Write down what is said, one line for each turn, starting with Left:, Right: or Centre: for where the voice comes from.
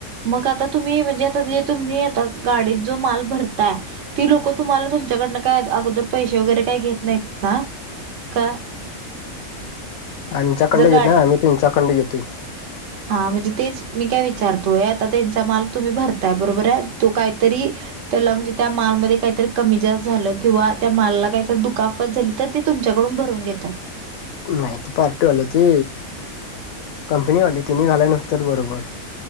Right: मग आता तुम्ही म्हणजे आता जे तुम्ही आता गाडीत जो माल भरताय ती लोक तुम्हाला तुमच्याकडे त्यांना काय अगोदर पैसे वगैरे काही घेत नाहीत ना का?
Left: आमच्याकडणं
Right: जर गाडी
Left: घेत नाही आम्ही तुच्याकडणं घेतोय.
Right: हा म्हणजे तेच मी काय विचारतोय आता त्यांचा माल तुम्ही भरताय बरोबर आहे तो काहीतरी त्याला म्हणजे त्या मालमध्ये काहीतरी कमी जास्त झालं किंवा त्या मालाला काहीतर दुखापत झाली तर ते तुमच्याकडून कोण भरून घेतात?
Left: नाहीत पार्टीवाली ती. कंपनी वाली तेनी घालाय नसत्यात बरोबर.